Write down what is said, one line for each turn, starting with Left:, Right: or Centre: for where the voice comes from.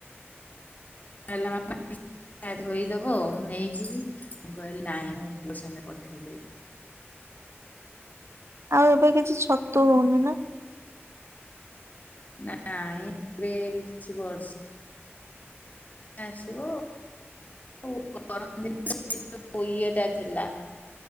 Left: <inaudible> ଧୋଇଦବ ମୁଁ ନେଇଯିବି। ମୁଁ କହିଲି ନାଇଁ ମୁଁ ପୁଅ ସାଙ୍ଗେ ପଠେଇଦେବି।
Right: ଆଉ ଏବେ କିଛି ଛତୁ ହୋଉନି ନା?
Left: ନାଇଁ ଏବେ କିଛି ବର୍ଷ ଆସିବ ଗରମ ଦିନେ <inaudible> ଇଏ ଟା ଥିଲା।